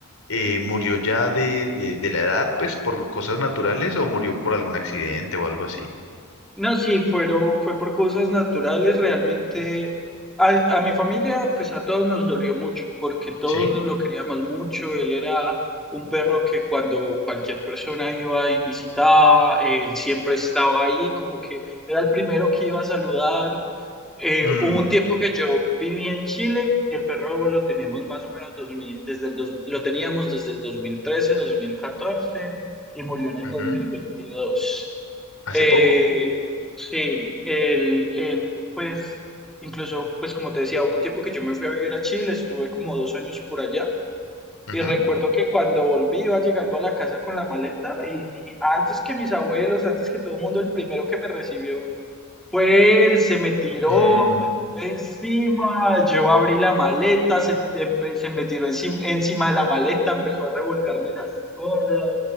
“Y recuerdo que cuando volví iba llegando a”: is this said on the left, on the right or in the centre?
Centre